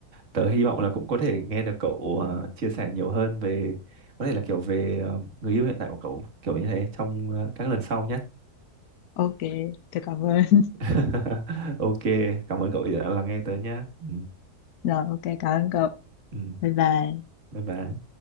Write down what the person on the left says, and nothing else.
ok tôi cảm ơn <laughs>
rồi ok cảm ơn cậu
bye bye